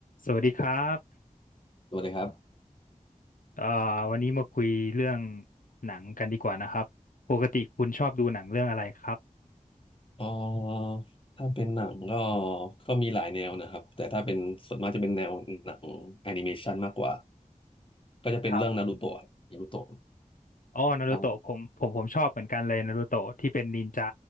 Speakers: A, on the left; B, on the left.
A: สวัสดีครับ
B: สวัสดีครับ
A: เอ่อวันนี้มาคุยเรื่องหนังกันดีกว่านะครับปกติคุณชอบดูหนังเรื่องอะไรครับ
B: เอ่อถ้าเป็นหนังก็ก็มีหลายแนวนะครับ แต่ถ้าเป็นส่วนมากจะเป็นแนวหนังแอนิเมชันมากกว่าก็จะเป็นเรื่องนารูโตะนารูโตะ
A: ครับอ๋อนารูโตะผมผมผมชอบเหมือนกันเลยนารูโตะที่เป็นนินจา
B: ครับผม